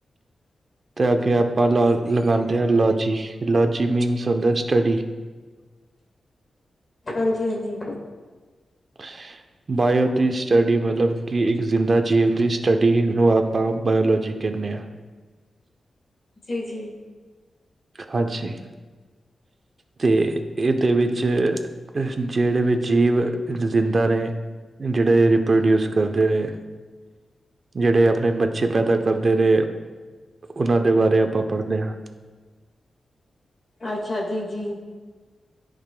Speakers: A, on the right; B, on the left.
A: ਤੇ ਅੱਗੇ ਆਪਾਂ ਲਾ ਲਗਾਦੇ ਆਂ ਲੋਜੀ, ਲੋਜੀ ਜੀ ਮੀਨਸ ਹੁੰਦਾ ਸਟੱਡੀ।
B: ਹਾਂਜੀ-ਹਾਂਜੀ।
A: <inaudible> ਬਾਏਓ ਦੀ ਸਟੱਡੀ ਮਲਬ ਕੀ ਏਕ ਜ਼ਿੰਦਾ ਜੀਵ ਦੀ ਸਟੱਡੀ ਨੂੰ ਆਪਾਂ ਬਾਏਓਲੋਜੀ ਕੈਂਨੇ ਆ।
B: ਜੀ-ਜੀ।
A: ਹਾਂਜੀ। ਤੇ ਏਦੇ ਵੇਚ, ਜੇੜੇ ਵੀ ਜੀਵ, ਜਿੰਦਾ ਨੇ ਜੇੜੇ ਰੀਪਰਡੇਊਸ ਕਰਦੇ ਨੇ ਜੇੜੇ ਪਣੇ ਬੱਚੇ ਪੈਦਾ ਕਰਦੇ ਨੇ ਓਨਾਂ ਦੇ ਬਾਰੇ ਆਪਾਂ ਪੜਦੇ ਹਾਂ।
B: ਅੱਛਾ ਜੀ ਜੀ।